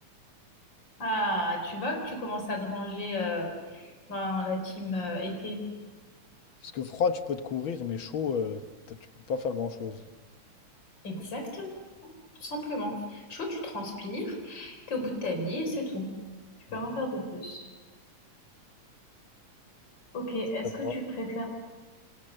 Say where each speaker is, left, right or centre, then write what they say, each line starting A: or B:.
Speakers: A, on the left (about 35°); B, on the left (about 60°).
A: Ah, tu vois que tu commences à te ranger euh, dans la team euh, été.
B: Parce que froid, tu peux te couvrir, mais chaud, euh, t'as- tu peux pas faire grand-chose.
A: Exactement, tout simplement. Chaud, tu transpires, t'es au bout de ta vie et c'est tout. Tu peux
B: Ouais.
A: rien faire de plus. Ok, est-ce
B: D'accord.
A: que tu préfères...